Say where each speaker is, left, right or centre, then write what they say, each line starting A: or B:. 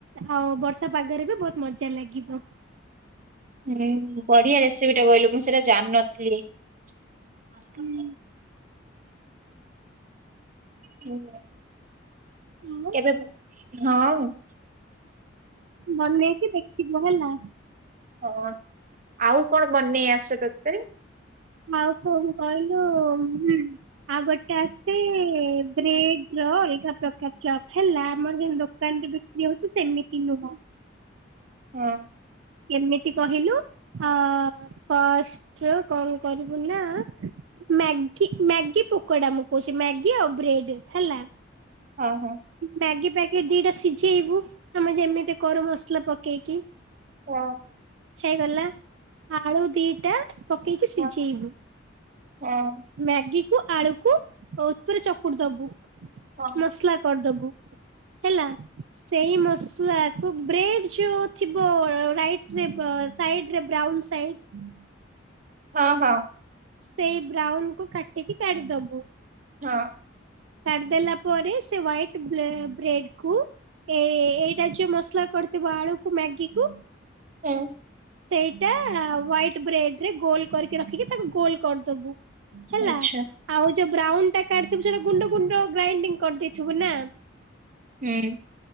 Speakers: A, on the right; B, on the right.
A: ଆଉ ବର୍ଷା ପାଗରେ ବି ବହୁତ ମଜା ଲାଗିବ
B: ହୁଁ ବଢିଆ ରେସିପି ଟା କହିଲୁ ମୁଁ ସେଇଟା ଜାଣିନଥିଲି ମନ
A: ହୁଁ
B: ପଢିଲେ ହୁଁ
A: ଆଉ
B: କେବେ ହଁ
A: ବନେଇକି ଦେଖିବ ହେଲା
B: ହଁ ଆଉ କଣ ବନେଇ ଆସେ ତତେ
A: ଆଉ କଣ କହିଲୁ ହୁଁ ଆଉ ଗୋଟେ ଆସେ ଏ ବ୍ରେଡ୍ ର ଅଲଗା ପ୍ରକାର ଚପ୍ ହେଲା ଆମର ଯେ ଦୋ କାନ ରେ ବିକ୍ରି ହଉଛି ସେମିତି ନୁହଁ
B: ହଁ
A: କେମିତି କହିଲୁ ଆଁ ଫାଷ୍ଟ ରୁ କଣ କରିବୁ ନା ମାଗି ମ୍ୟାଗି ପକୋଡା ମୁଁ କହୁଛି ମ୍ୟାଗି ଆଉ ବ୍ରେଡ୍ ହେଲା
B: ହଁ ହଁ
A: ମ୍ୟାଗି ପ୍ୟାକେଟ ଦିଟା ସିଝେଇବୁ ଆମେ ଯେମିତି କରୁ ମସଲା ପକେଇକି
B: ହଁ।
A: ହେଇଗଲା ଆଳୁ ଦିଟା ପକେଇକି ସିଝେଇବୁ।
B: ହଁ ହଁ
A: ମ୍ୟାଗି କୁ ଆଳୁକୁ ଉପରେ ଚକୁଟୁ ଦବୁ।
B: ହଁ
A: ମସଲା କରିଦବୁ ହେଲା। ସେଇ ମସଲା କୁ ବ୍ରେଡ ଯୋଉ ଥିବ ଅ ରାଇଟ ରେ ସାଇଡ ରେ ବ୍ରାଉନ୍ ସାଇଡ
B: ହଁ ହଁ।
A: ସେଇ ବ୍ରାଉନ କୁ କାଟିକି କାଢିଦବୁ।
B: ହଁ।
A: କାଡି ଦେଲା ପରେ ସେ ହ୍ଵାଇଟ ବ୍ରେଡ କୁ ଏ ଏଇ ଏଇଟା ଯୋଉ ମସଲା କରିଥିବ ଆଳୁକୁ ମ୍ୟାଗି କୁ
B: ହୁଁ।
A: ସେଇଟା ହ୍ବାଇଟ ବ୍ରେଡ ରେ ଗୋଲ କରିକି ରଖିକି ତାକୁ ଗୋଲ କରିଦବୁ। ହେଲା
B: ଆଚ୍ଛା
A: ଆଉ ଯୋଉ ବ୍ରାଉନ ଟା କାଢିଥିବୁ ସେଟା ଗୁଣ୍ଡ ଗୁଣ୍ଡ ଗ୍ରାଇଣ୍ଡିଙ୍ଗ କରିଦେଇଥିବୁ ନା।
B: ହୁଁ।